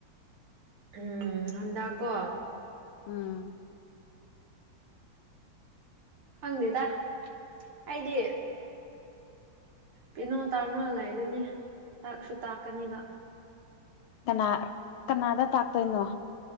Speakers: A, on the right; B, on the left.
A: ꯎꯝ ꯍꯟꯗꯀꯣ
B: ꯎꯝ
A: ꯈꯪꯗꯦꯗ ꯑꯩꯗꯤ ꯄꯅꯣ ꯇꯥꯡꯣꯂꯗꯨꯅꯤ ꯇꯥꯛꯁꯨ ꯇꯥꯛꯀꯅꯤꯕ
B: ꯀꯅꯥ ꯀꯅꯥꯗ ꯇꯥꯛꯇꯣꯏꯅꯣ